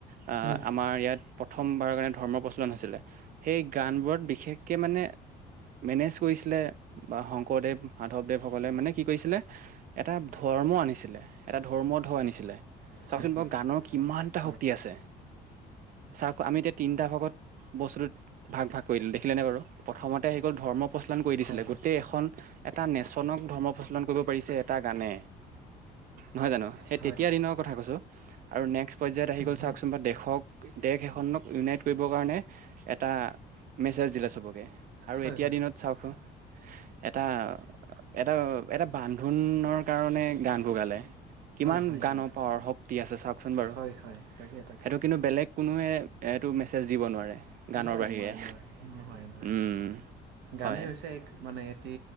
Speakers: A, on the right (about 55°); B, on the right (about 80°).
A: আ,
B: উম
A: আমাৰ ইয়াত প্ৰথমবাৰৰ কাৰণে ধৰ্ম প্ৰচলন হৈছিলে সেই গানবোৰত বিশেষকৈ মানে মেনেজ কৰিছিলে বা শংকৰদেৱ মাধৱদেৱসকলে মানে কি কৰিছিলে এটা ধৰ্ম আনিছিলে এটা ধৰ্ম ঢৌ আনিছিলে। চাওঁকচোন
B: হয়
A: বাৰু
B: হয়
A: গানৰ কিমানটা
B: হয়
A: শক্তি আছে। চাওঁক আমি এতিয়া তিনিটা ভাগত বস্তুটোত ভাগ ভাগ কৰিলোঁ দেখিলেনে বাৰু প্ৰথমতে আহি গ'ল ধৰ্ম প্ৰচলন কৰি দিছিলে
B: হয়
A: গোটেই এখন এটা নেশচনক ধৰ্ম প্ৰচলন কৰিব পাৰিছে এটা গানে। নহয় জানো,
B: হয়
A: সেই তেতিয়া
B: হয় হয় হয় হয়
A: দিনৰ কথা কৈছো। আৰু নেক্সট পৰ্যায়ত আহি
B: উম
A: গ'ল চাওঁকচোন বা দেশক দেশ এখনক ইউনাইট কৰিবৰ কাৰণে এটা মেছেজ দিলে চবকে আৰু
B: হয়
A: এতিয়া দিনত চাওঁকচোন। এটা এটা এটা বান্ধোনৰ কাৰণে গানবোৰ গালে কিমান
B: হয়
A: গানৰ
B: হয় হয়
A: পাৱাৰ শ তি আছে চাওঁকচোন বাৰু,
B: হয় হয় হয় তাকে তাকে
A: সেইটো কিন্তু বেলেগ কোনোৱে এইটো মেছেজ দিব নোৱাৰে। গানৰ
B: নোৱাৰে
A: বাহিৰে,
B: নোৱাৰে নোৱাৰে নোৱাৰে নোৱাৰে
A: উম। হয়,
B: গানেই হৈছে এক মানে এটি